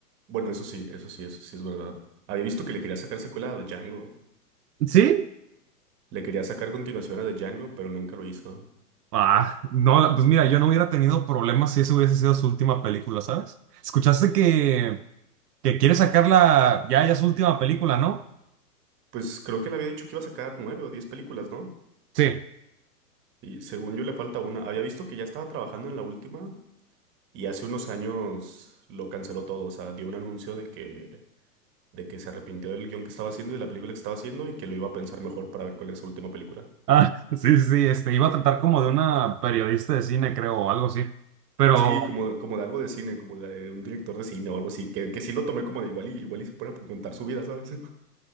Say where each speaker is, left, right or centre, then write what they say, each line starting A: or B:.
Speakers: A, on the right; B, on the right.
A: Bueno, eso sí, eso sí, eso sí es verdad. Había visto que le quería sacar secuela a Django.
B: ¿Sí?
A: Le quería sacar continuación a The Django, pero nunca lo hizo.
B: Ah, no, pues mira, yo no hubiera tenido problemas si esa hubiese sido su última película, ¿sabes? Escuchaste que, que quiere sacarla ya, ya su última película, ¿no?
A: Pues creo que le había dicho que iba a sacar nueve o diez películas, ¿no?
B: Sí.
A: Y según yo le falta una. Había visto que ya estaba trabajando en la última y hace unos años lo canceló todo. O sea, dio un anuncio de que, de que se arrepintió del guión que estaba haciendo y de la película que estaba haciendo y que lo iba a pensar mejor para ver cuál era su última película.
B: Ah, <laughs> sí, sí, sí, este, iba a tratar como de una periodista de cine, creo, o algo así. Pero
A: Sí, como, como de algo de cine, como de un director de cine o algo así, que, que sí lo tomé como de igual y igual y se pone a contar su vida, ¿sabes? <laughs>